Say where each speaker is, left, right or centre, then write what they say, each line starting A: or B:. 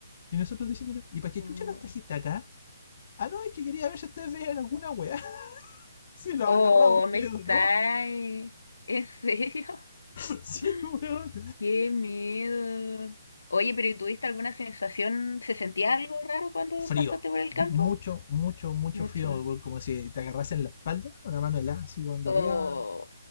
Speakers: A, on the left (about 40°); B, on the left (about 70°).
A: Y nosotros diciéndole, ¿y para qué
B: Oh,
A: chucha nos trajiste acá? Ah, no, es que quería ver si ustedes veían alguna weá. <laughs> Si lo
B: oh,
A: agarraba usted
B: me está...
A: o no.
B: eh, ¿En serio?
A: <laughs> Sí,
B: <laughs>
A: weón.
B: Qué miedo. Oye, pero ¿y tuviste alguna sensación? ¿Se sentía algo raro cuando
A: frío.
B: pasaste por el
A: Mucho,
B: campo?
A: mucho, mucho
B: Mucho.
A: frío, weón, como si te agarrasen la espalda, una mano helada, así, weón, de
B: O
A: arriba,